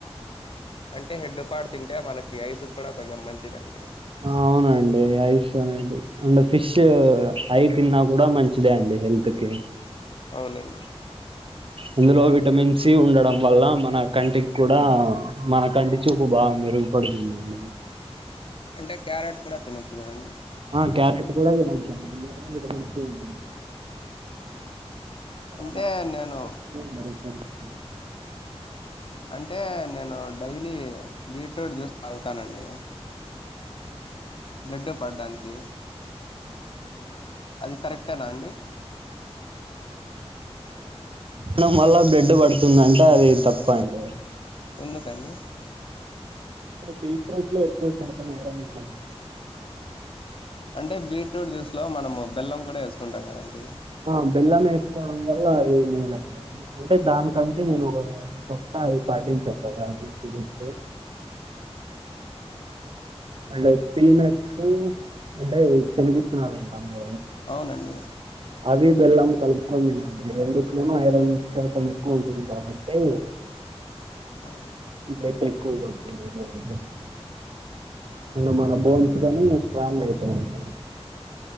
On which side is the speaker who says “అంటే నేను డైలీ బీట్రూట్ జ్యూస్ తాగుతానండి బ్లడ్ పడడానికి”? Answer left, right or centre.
Left